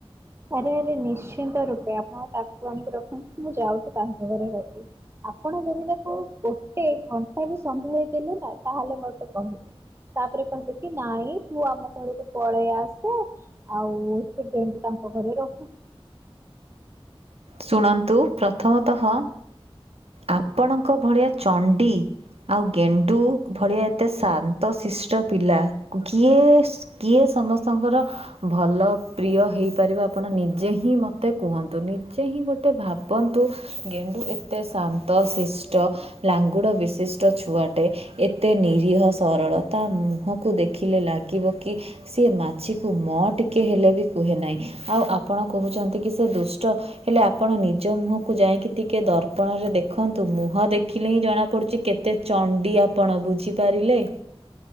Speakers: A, on the right; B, on the right.
A: ଆରେ ଆରେ ନିଶ୍ଚିନ୍ତ ରୂପେ ଆପଣ ତାକୁ ଆଣିକି ରଖନ୍ତୁ ମୁଁ ଯାଉଚି ତାଙ୍କ ଘରେ ରହିବି। ଆପଣ ଯଦି ତାକୁ ଗୋଟେ ଘଣ୍ଟା ବି ସମ୍ଭାଳିଦେଲେନା ତାହେଲେ ମୋତେ କହିବେ। ତାପରେ କହିବେ କି ନାଇଁ ତୁ ଆମ ଘରକୁ ପଳେଇ ଆସେ ଆଉ ସେ କେମତି ତାଙ୍କ ଘରେ ରହୁ।
B: ଶୁଣନ୍ତୁ ପ୍ରଥମତଃ ଆପଣଙ୍କ ଭଳିଆ ଚଣ୍ଡି ଆଉ ଗେଣ୍ଡୁ ଭଳିଆ ଏତେ ଶାନ୍ତ ଶିଷ୍ଟ ପିଲା କିଏ କିଏ ସମସ୍ତଙ୍କର ଭଲ ପ୍ରିୟ ହେଇପାରିବ ଆପଣ ନିଜେ ହିଁ ମୋତେ କୁହନ୍ତୁ ନି। ଯେ ହିଁ ଗୋଟେ ଭାବନ୍ତୁ ଗେଣ୍ଡୁ ଏତେ ଶାନ୍ତ ଶିଷ୍ଟ। ଲାଙ୍ଗୁଡ଼ ବିଶିଷ୍ଟ ଛୁଆଟେ। ଏତେ ନିରୀହ ସରଳ ତା ମୁହଁକୁ ଦେଖିଲେ ଲାଗିବ କି? ସିଏ ମାଛିକୁ ମ ଟିକଏ ହେଲେ ବି କୁହେ ନାହିଁ। ଆଉ ଆପଣ କହୁଛନ୍ତି କି ସେ ଦୁଷ୍ଟ। ହେଲେ ଆପଣ ନିଜ ମୁହଁକୁ ଯାଇକି ଟିକିେ ଦର୍ପଣରେ ଦେଖନ୍ତୁ ମୁହଁ ଦେଖିଲେ ହିଁ ଜଣାପଡ଼ୁଛି କେତେ ଚଣ୍ଡି ଆପଣ ବୁଝିପାରିଲେ।